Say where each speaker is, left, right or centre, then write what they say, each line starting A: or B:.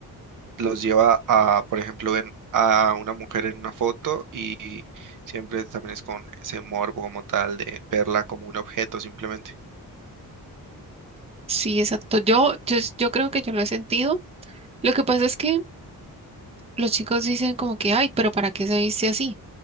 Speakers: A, on the right; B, on the right.
A: los lleva a, por ejemplo, ven a una mujer en una foto y siempre también es con ese morbo como tal de verla como un objeto simplemente.
B: sí, exacto, yo, yo, yo creo que yo lo he sentido. Lo que pasa es que... los chicos dicen como que, ay, pero ¿para qué se viste así?